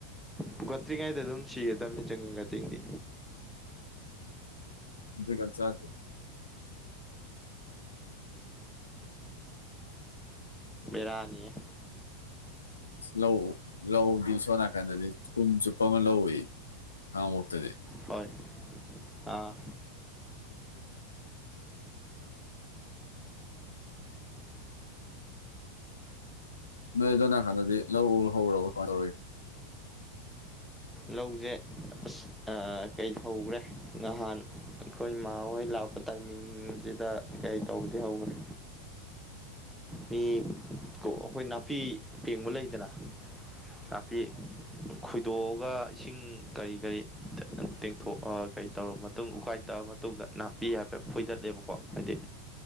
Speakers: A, in the centre; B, on the left.
A: ꯄꯨꯈꯠꯇ꯭ꯔꯤꯉꯩꯗ ꯑꯗꯨꯝ ꯁꯤꯒ ꯇꯝꯃꯤ ꯆꯪꯒꯇꯦꯡꯗꯤ
B: ꯖꯒꯠ ꯆꯗꯦ
A: ꯔꯥꯅꯤ
B: ꯂꯧ ꯂꯧꯗꯤ ꯁꯣꯝ ꯅꯥꯀꯟꯗꯗꯤ ꯀꯨꯝ ꯆꯨꯞꯄ ꯑꯃ ꯂꯧ ꯎꯏ ꯈꯥꯉꯕꯣꯛꯇꯗꯤ
A: ꯍꯣꯏ ꯑꯥ
B: ꯅꯣꯏꯗꯣꯅꯥꯀꯥꯟꯗꯗꯤ ꯂꯧ ꯍꯧꯔꯕ ꯀꯃ ꯇꯧꯔꯒꯦ
A: ꯂꯧꯁꯦ ꯑꯁ ꯀꯩ ꯍꯧꯈ꯭ꯔꯦ ꯉꯍꯥꯟ ꯑꯩꯈꯣꯏ ꯏꯃꯥꯍꯣꯏ ꯂꯥꯛꯄ ꯇꯥꯏꯃꯤꯡꯁꯤꯗ ꯀꯩ ꯇꯧꯕꯗꯤ ꯍꯧꯈ꯭ꯔꯦ ꯃꯤ ꯀ ꯑꯩꯈꯣꯏ ꯅꯥꯄꯤ ꯄꯦꯡꯕ ꯂꯩꯗꯅ ꯅꯥꯄꯤ ꯈꯣꯏꯗꯣꯛ ꯑꯗꯨꯒ ꯏꯁꯤꯡ ꯀꯔꯤ ꯀꯔꯤ ꯇꯦꯡꯊꯣꯛꯑ ꯀꯔꯤ ꯇꯧꯔꯕ ꯃꯇꯨꯡ ꯎꯀꯥꯏ ꯇꯛꯑ ꯃꯇꯨꯡ ꯃꯇꯨꯡꯗ ꯅꯥꯞꯄꯤ ꯍꯥꯏꯕ ꯐꯣꯏꯗꯠꯂꯦꯕꯀꯣ ꯍꯥꯏꯗꯤ